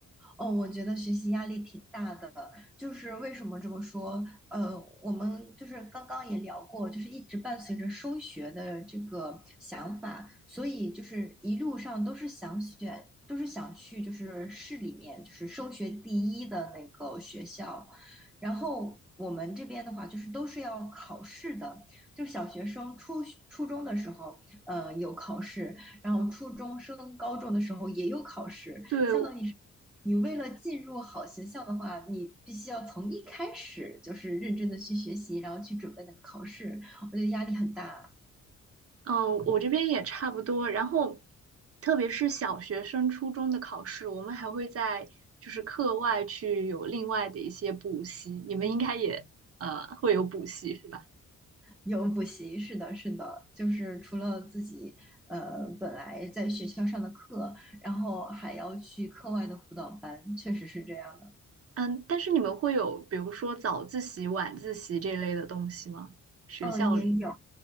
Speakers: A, in the centre; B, on the right.
A: 哦，我觉得学习压力挺大的，就是为什么这么说？呃，我们就是刚刚也聊过，就是一直伴随着升学的这个想法，所以就是一路上都是想选，都是想去就是市里面就是升学第一的那个学校，然后。我们这边的话，就是都是要考试的，就小学生初初中的时候，呃，有考试，然后初中升高中的时候也有考试，
B: 对，
A: 相当于是你为了进入好学校的话，你必须要从一开始就是认真的去学习，然后去准备那个考试。我觉得压力很大。
B: 嗯，我这边也差不多。然后，特别是小学生、初中的考试，我们还会在就是课外去有另外的一些补习。你们应该也呃会有补习是吧？
A: 有补习，是的，是的，就是除了自己呃本来在学校上的课，然后还要去课外的辅导班，确实是这样的。
B: 嗯，但是你们会有比如说早自习、晚自习这类的东西吗？学校里？
A: 嗯，也有，